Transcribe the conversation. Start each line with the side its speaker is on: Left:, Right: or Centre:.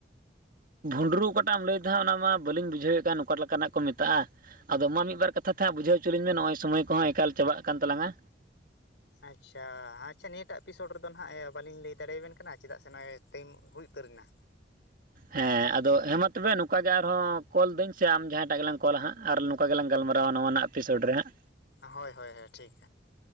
Right: ᱵᱷᱩᱸᱰᱨᱩ ᱚᱠᱟᱴᱟᱜ ᱮᱢ ᱞᱟᱹᱭ ᱫᱟ ᱚᱱᱟ ᱢᱟ ᱵᱟᱹᱞᱤᱧ ᱵᱩᱡᱷᱟᱹᱣᱮᱫ ᱠᱟᱱ ᱚᱠᱟ ᱞᱮᱠᱟᱱᱟᱜ ᱠᱚ ᱢᱮᱛᱟᱜᱼᱟ᱾ ᱟᱫᱚ ᱢᱟ ᱢᱤᱫ ᱵᱟᱨ ᱠᱟᱛᱷᱟ ᱛᱮ ᱦᱟᱸᱜ ᱵᱩᱡᱷᱟᱹᱣ ᱪᱚ ᱞᱤᱧ ᱢᱮ ᱱᱚᱜᱼᱚᱭ ᱥᱚᱢᱚᱭ ᱠᱚᱦᱚᱸ ᱮᱠᱟᱞ ᱪᱟᱵᱟᱜ ᱠᱟᱱ ᱛᱟᱞᱟᱝᱼᱟ᱾
Left: ᱟᱪᱪᱷᱟ ᱟᱪᱪᱷᱟ ᱱᱤᱭᱟᱹᱴᱟᱜ ᱮᱯᱤᱥᱳᱰ ᱨᱮᱫᱚ ᱱᱟᱦᱟᱜ ᱮ ᱵᱟᱹᱞᱤᱧ ᱞᱟᱹᱭ ᱫᱟᱲᱮᱭᱟᱵᱮᱱ ᱠᱟᱱᱟ ᱪᱮᱫᱟᱜ ᱥᱮ ᱱᱚᱜᱼᱚᱭ ᱴᱟᱭᱤᱢ ᱦᱩᱭ ᱩᱛᱟᱹᱨᱮᱱᱟ᱾
Right: ᱦᱮᱸ ᱟᱫᱚ ᱦᱮᱸ ᱢᱟ ᱛᱚᱵᱮ ᱱᱚᱝᱠᱟ ᱜᱮ ᱟᱨᱦᱚᱸ ᱠᱚᱞ ᱫᱟᱹᱧ ᱥᱮ ᱟᱢ ᱡᱟᱦᱟᱸᱭ ᱴᱟᱜ ᱜᱮᱞᱟᱝ ᱠᱚᱞᱟ ᱦᱟᱸᱜ ᱟᱨ ᱱᱚᱝᱠᱟ ᱜᱮᱞᱟᱝ ᱜᱟᱞᱢᱟᱨᱟᱜ᱾ ᱱᱟᱣᱟᱱᱟᱜ ᱮᱯᱤᱥᱳᱰ ᱨᱮᱦᱟᱸᱜ᱾
Left: ᱦᱳᱭ ᱦᱳᱭ ᱦᱳᱭ ᱴᱷᱤᱠ᱾